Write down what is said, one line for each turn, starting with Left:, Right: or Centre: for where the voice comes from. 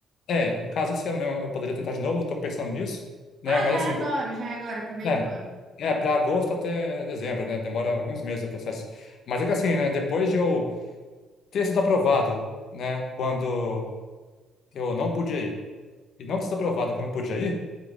Left: É, no caso esse ano mesmo eu poderia tentar de novo, estou pensando nisso,
Right: Ah,
Left: né? Mas
Right: já é
Left: assim,
Right: agora, já é agora, pro meio
Left: é,
Right: do ano.
Left: é para agosto até dezembro, né? Demora alguns meses o processo. Mas é que assim, né? Depois de eu ter sido aprovado, né, quando eu não podia ir, e não ter sido aprovado quando eu podia ir,